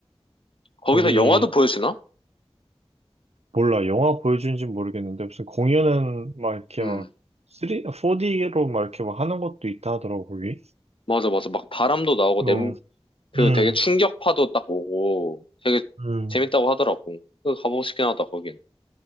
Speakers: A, on the left; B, on the right.
A: 거기서
B: 거기,
A: 영화도 보여주나?
B: 몰라. 영화 보여주는지 는 모르겠는데 무슨 공연은 막 이렇게
A: 음
B: 막 3, 4D로 막 이렇게 막 하는 것도 있다 하더라고, 거기.
A: 맞아 맞아 막 바람도 나오고
B: 응,
A: 냄 그
B: 응,
A: 되게 충격파도 딱 오고 되게
B: 응,
A: 재밌다고 하더라고 그 가보고 싶긴 하다 거긴